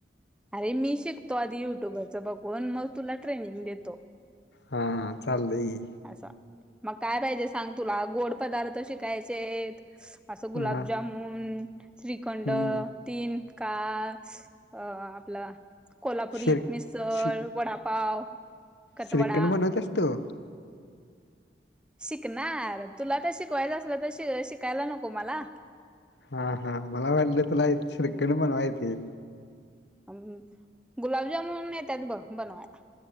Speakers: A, in the centre; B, on the left (about 80°).
A: अरे मी शिकतो आधी युट्यूबरच बघुन मग तुला ट्रेनिंग देतो.
B: हां हां चालयकी.
A: असा, मग काय पाहिजे सांग तुला गोड पदार्थ शिकायची हाईत. असं गुलाबजामुन,
B: हा
A: श्रीखंड
B: हम्म
A: तीन का अ आपलं कोल्हापुरी
B: श्री
A: मिसळ,
B: श्री
A: वडापाव. कटवडा
B: श्रीखंड बनवत्यास तु?
A: शिकणार तुला तर शिकवायचं असल तर शि - शिकायला नको मला.
B: हा हा मला वाटलं तुला श्रीखंड बनवा येतंय.
A: अम, गुलाबजामुन येत्यात ब बनवायला.